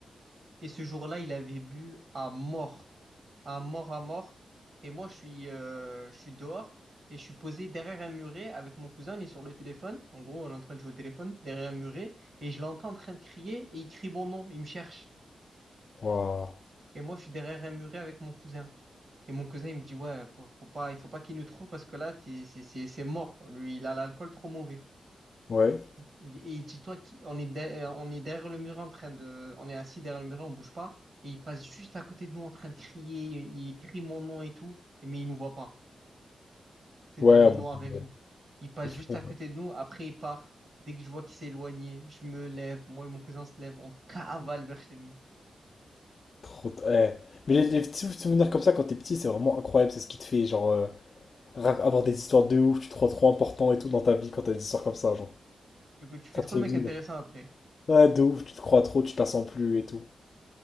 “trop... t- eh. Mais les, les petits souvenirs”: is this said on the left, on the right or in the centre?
Left